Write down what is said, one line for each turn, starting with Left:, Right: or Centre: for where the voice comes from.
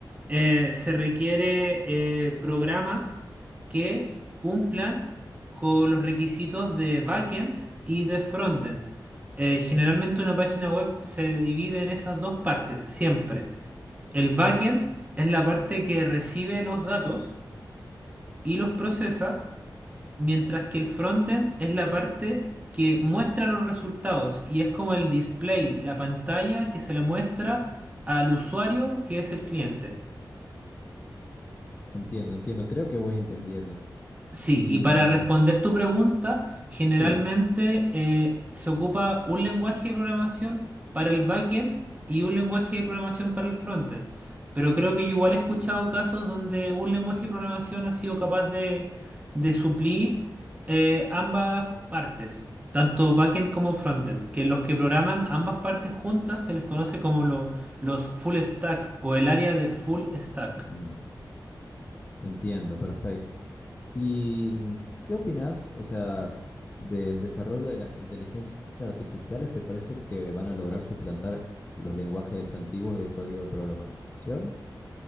Right: eh, se requiere eh, programas que cumplan con los requisitos de backend y de frontend. Eh, generalmente una página web se divide en esas dos partes, siempre. El backend es la parte que recibe los datos y los procesa, mientras que el frontend es la parte que muestra los resultados y es como el display, la pantalla que se le muestra al usuario que es el cliente.
Left: Entiendo, entiendo. Creo que voy entendiendo.
Right: Sí,
Left: Y
Right: y para responder tu pregunta, generalmente
Left: sí.
Right: eh, se ocupa un lenguaje de programación para el backend y un lenguaje de programación para el frontend. Pero creo que yo igual he escuchado casos donde un lenguaje de programación ha sido capaz de, de suplir eh, ambas partes, tanto backend como frontend, que los que programan ambas partes juntas se les conoce como lo- los full stack o el área de full stack.
Left: mm. Entiendo, perfecto. ¿Y mm, qué opinas, o sea, del desarrollo de las inteligencias artificiales? ¿Te parece que van a lograr suplantar los lenguajes antiguos de código de programación?